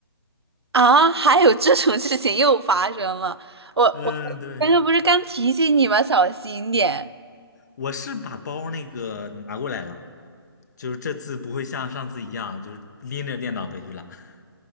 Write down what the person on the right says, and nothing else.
啊，还有这种事情又发生了！我我刚刚不是刚提醒你吗？
小心点。